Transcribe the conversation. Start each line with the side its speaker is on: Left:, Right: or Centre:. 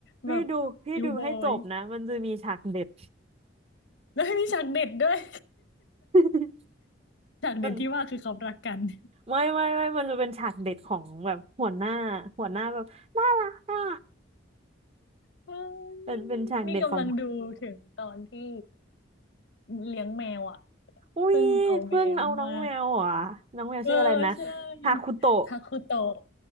Right: พี่ดูพี่ดูให้จบนะมันจะมีฉากเด็ด
Left: แบบคิวบอย แล้วมีฉากเด็ดด้วย
Right: <laughs>
Left: <laughs> ฉากเด็ดที่ว่าคือเขารักกัน
Right: มัน
Left: <laughs>
Right: ไม่ไม่ไม่มันจะเป็นฉากเด็ดของแบบหัวหน้าหัวหน้าแบบน่ารักอ่ะ
Left: เฮ้ย
Right: เป็นเป็นฉากเด็ดของ
Left: นี่กำลังดูถึงตอนที่เลี้ยงแมวอ่ะ
Right: อุ้ยเพิ่งเอาน้องแมวเหรอ่ะ
Left: เพิ่งเอาแมวมา
Right: น้องแมวชื่ออะไรนะ
Left: เออใช่
Right: ฮาคุโตะ
Left: ฮาคุโตะ